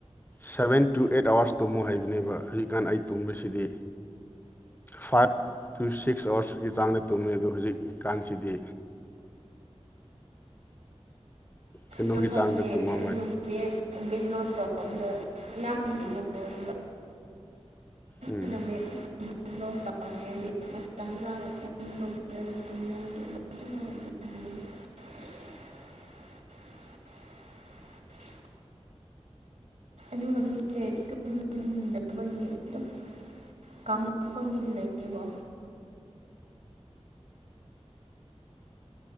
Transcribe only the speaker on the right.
ꯗꯣ ꯐꯠꯇꯦ
ꯑꯗꯨ ꯋꯦꯠ ꯋꯦꯠ ꯂꯣꯁ ꯇꯧꯕꯗ ꯌꯥꯝ ꯑꯣꯏꯌꯦꯕ
ꯑꯩꯅ ꯋꯦꯠ ꯂꯣꯁ ꯇꯧꯅꯤꯉꯥꯗꯤ ꯃꯇꯝ ꯆꯥꯅꯥ ꯇꯨꯝ <unintelligible> <inaudible> ꯑꯗꯨꯒ ꯃꯤꯠꯁꯦ ꯇꯨ ꯗꯕꯒꯤ ꯑꯗꯨꯝ ꯀꯥꯡꯂꯨ ꯍꯣꯏ ꯃꯤꯗ ꯂꯩ ꯔꯤꯕꯣ